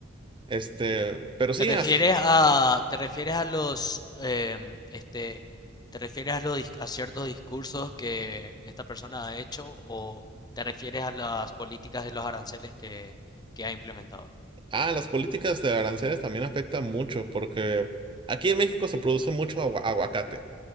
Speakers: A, on the right; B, on the left.
A: Este, pero sí,
B: ¿Te refieres
A: así-
B: a, te refieres a los, em, este, te refieres a los, dis- a ciertos discursos que esta persona ha hecho o te refieres a las políticas de los aranceles que, que ha implementado?
A: ah, las políticas de aranceles también afectan mucho porque aquí en México se produce mucho agua- aguacate.